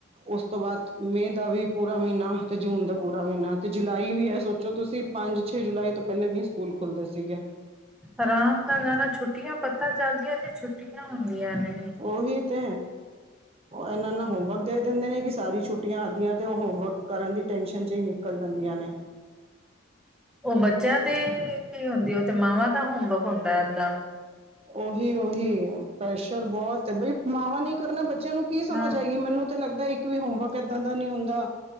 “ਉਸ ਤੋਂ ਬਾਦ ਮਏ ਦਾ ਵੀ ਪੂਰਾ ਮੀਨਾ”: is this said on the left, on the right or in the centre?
Right